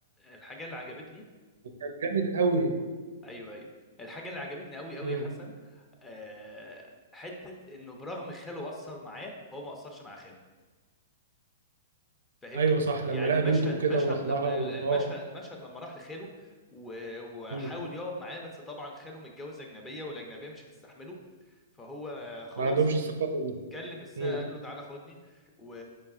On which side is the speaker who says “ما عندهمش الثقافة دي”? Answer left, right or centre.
Right